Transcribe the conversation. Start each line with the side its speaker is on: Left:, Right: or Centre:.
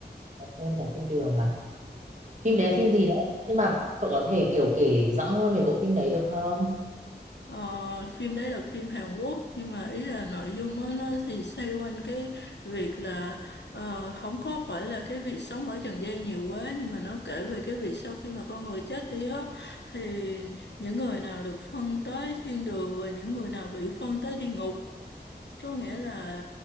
Right: cảm ơn cả thiên đường à. Phim
Left: ừ.
Right: bé phim gì đấy? Nhưng mà cậu có thể kiểu kể rõ hơn về bộ phim đấy được không?
Left: ờ, phim đấy là phim Hàn Quốc nhưng mà ý là nội dung á, nó thì xoay quanh cái việc là ờ, không có phải là cái việc sống ở trần gian nhiều quá nhưng mà nó kể về cái việc sau khi mà con người chết đi á thì những người nào được phân tới thiên đường và những người nào bị phân tới địa ngục có nghĩa là